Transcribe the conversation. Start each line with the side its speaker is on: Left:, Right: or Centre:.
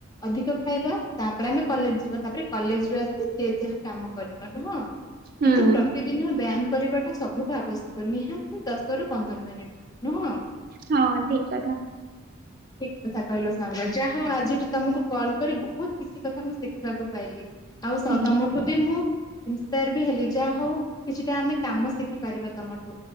Left: ଅଧିକ ଖାଇବା ତାପରେ ଆମେ କଲେଜ୍ ଯିବା ତାପରେ କଲେଜ୍ ରୁ ଆସି ସିଏ ଯାହା କାମ କରିବ ନୁହଁ।
Right: ହୁଁ।
Left: କିନ୍ତୁ ପ୍ରତିଦିନ ବ୍ୟାମ କରିବାଟା ସବୁଠା ଆବଶ୍ୟକ ନିହାତି ଦଶ ରୁ ପନ୍ଦର ମିନିଟ୍। ନୁହଁ।
Right: ହଁ ଠିକ କଥା
Left: ଠିକ କଥା କହିଲ ସାଙ୍ଗରା ଯାହା ହଉ ଆଜିଠି ତମକୁ କଲ କରି ବହୁତ କିଛି କଥା ମୁଁ ଶିଖିବାକୁ ପାଇଲି। ଆଉ ସତାମଠୁ
Right: ହୁଁ
Left: ବି ମୁଁ <inaudible> ଇନ୍ସପାୟାର ବି ହେଲି, ଯାହା ହଉ କିଛିଟା ଆମେ କାମ ଶିଖିପାରିବା ତମଠୁ